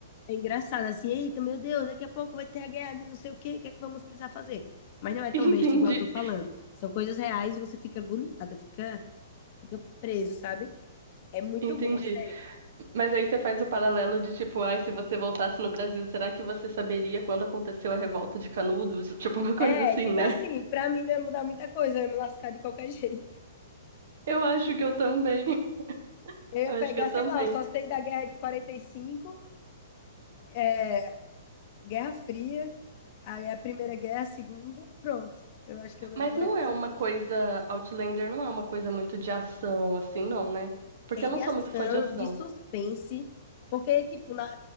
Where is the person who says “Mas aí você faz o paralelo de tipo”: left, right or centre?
Right